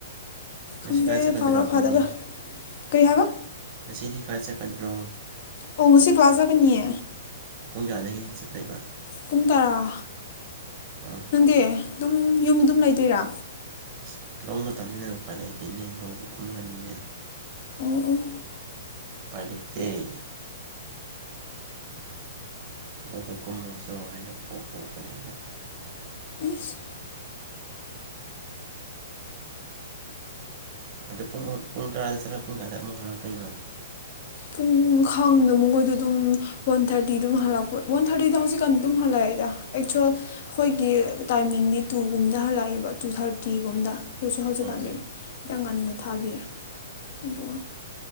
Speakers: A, on the right (about 40°); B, on the left (about 55°).
A: ꯉꯁꯤ
B: ꯈꯪꯗꯦ
A: ꯀꯥꯏ ꯆꯠꯀꯗ꯭ꯔꯣ
B: ꯐꯥꯕ꯭ꯔꯥ
A: ꯑꯗꯨꯗꯤ
B: ꯐꯥꯗꯕ꯭ꯔꯥ ꯀꯩ ꯍꯥꯏꯕ
A: ꯉꯁꯤꯗꯤ ꯀꯥꯏ ꯆꯠꯀꯗ꯭ꯔꯣ
B: ꯑꯣ ꯉꯁꯤ ꯀ꯭ꯂꯥꯁ ꯆꯠꯀꯅꯤꯌꯦ
A: ꯄꯨꯡ ꯀꯌꯥꯗꯒꯤ ꯆꯠꯇꯣꯏꯕ
B: ꯄꯨꯡ ꯇꯔꯥ
A: ꯑꯣ
B: ꯅꯪꯗꯤ ꯑꯗꯨꯝ ꯌꯨꯝꯗ ꯑꯗꯨꯝ ꯂꯩꯗꯣꯏꯔꯥ
A: ꯑꯁ ꯂꯧ ꯃꯇꯝꯅꯤꯅ ꯎꯄꯥꯏ ꯂꯩꯇ‌ꯦꯅꯦ ꯂꯧꯕꯨꯛ ꯀꯨꯝꯕꯅꯤꯅ
B: ꯎꯝ ꯎꯝ
A: ꯎꯄꯥꯏ ꯂꯩꯇ‌ꯦ ꯂꯧꯗꯨ ꯀꯨꯝꯃꯨꯁ‌ꯣ ꯍꯥꯏꯅ ꯄꯣꯛꯎꯕꯅꯤꯅ
B: ꯑꯦꯁ
A: ꯑꯗꯣ ꯄꯨꯡ ꯄꯨꯡ ꯇꯔꯥꯗ ꯆꯠꯂ ꯄꯨꯡ ꯀꯌꯥꯗ ꯑꯃꯨꯛ ꯍꯜꯂꯛꯇꯣꯏꯅꯣ
B: ꯄꯨꯡ ꯈꯪꯗ‌ꯦ ꯃꯈꯣꯏꯗꯨ ꯑꯗꯨꯝ ꯋꯥꯟ ꯊꯥꯔꯇꯤ ꯗꯨꯝ ꯍꯜꯂꯛꯄ ꯋꯥꯟ ꯊꯥꯔꯇꯤꯗ ꯍꯧꯖꯤꯛꯀꯥꯟꯗꯤ ꯑꯗꯨꯝ ꯍꯜꯂꯛꯑꯦꯗ ꯑꯦꯛꯆꯨꯋꯦꯜ ꯑꯩꯈꯣꯏꯒꯤ ꯇꯥꯏꯃꯤꯡꯗꯤ ꯇꯨ ꯒꯨꯝꯕꯗ ꯍꯜꯂꯛꯑꯦꯕ ꯇꯨ ꯊꯥꯔꯇꯤ ꯒꯨꯝꯕꯗ ꯑꯩꯈ‌ꯣꯏꯁꯨ ꯍꯧꯖꯤꯛꯀꯥꯟꯗꯤ
A: ꯑꯣ
B: ꯈꯤꯇꯪ ꯉꯟꯅ ꯊꯥꯕꯤꯌꯦ ꯑꯗꯨꯒ